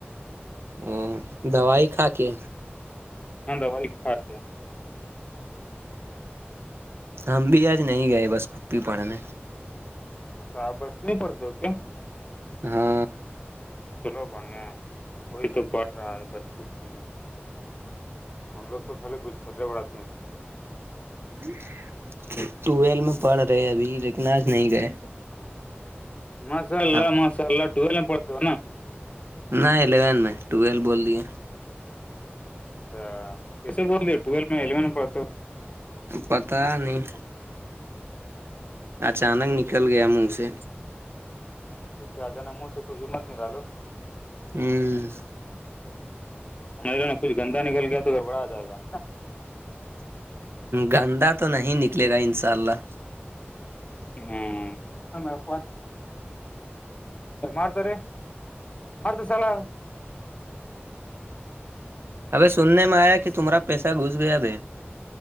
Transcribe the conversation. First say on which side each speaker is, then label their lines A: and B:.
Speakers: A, on the right; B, on the left.
A: ا دوائی کھا کے
B: ہ د بائی ٹھاک گیا
A: ہم بھی آج نہیں گئے بس گپی پڑنے
B: سا بس کی نہیں پڑتے کیا
A: ہاں
B: چلو بڑیا وہی تو پڑ رہا ہے بس کپی میں ہم لوگ تو خالی گلچھرے بڑاتے ہیں
A: <inaudible> ٹویل میں پڑھ رہے ابھی رکناج نہیں گئے
B: مسال اللہ
A: آپ
B: مسال اللہ ٹول پڑتا ہو ہے نا
A: نہ الیون میں ٹویلو بول دیے
B: اچھا کیسے بول رہ ٹویل میں الیون میں پڑھ ہ ہو
A: پتا نہیں
B: ہو
A: اچانک نکل گیا منہ سے
B: ج سے آ جانا منہ سے کچھ مت نکالو
A: ہ
B: سمجھ رہے نا کچھ گندا نکل گیا تو گبڑا آ جائے گا
A: گندا تو نہیں نکلے گا انشاء اللہ
B: ہوں ہمپ مارتاور مارتا سال
A: ابے سننے میں آیا کہ تمہارا پیسہ گھس گیا ب